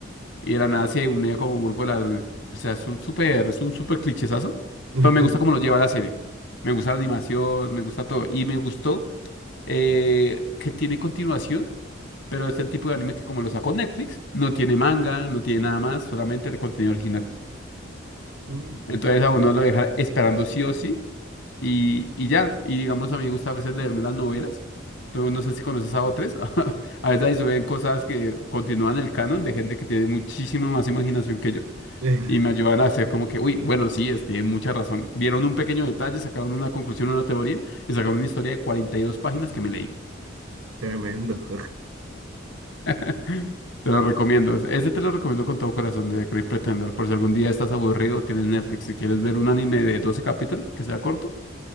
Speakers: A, on the left; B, on the right.
A: y de la nada se une como un grupo de ladrones. O sea, es un súper, es un súper clichesazo.
B: <laughs>
A: Pero me gusta cómo lo lleva la serie. Me gusta la animación, me gusta todo. Y me gustó eh, que tiene continuación pero es el tipo de anime que como lo sacó Netflix, no tiene manga, no tiene nada más, solamente el contenido original.
B: Mm,
A: Entonces
B: te-
A: a uno lo deja esperando sí o sí y, y ya. Y digamos, a mí me gusta a veces leerme las novelas. Tú no sé si conoces a otras. <laughs> A veces ahí suben cosas que continúan el canon de gente que tiene muchísima más imaginación que yo
B: <laughs>
A: y me ayudan a hacer como que, uy, bueno, sí, es, tienen mucha razón. Vieron un pequeño detalle, sacaron una conclusión, una teoría y sacaron una historia de 42 páginas que me leí. <gasps>
B: Tremendo.
A: <laughs> Te lo recomiendo. Ese te lo recomiendo con todo corazón de The Great Pretender. Por si algún día estás aburrido, tienes Netflix y quieres ver un anime de 12 capítulos que sea corto,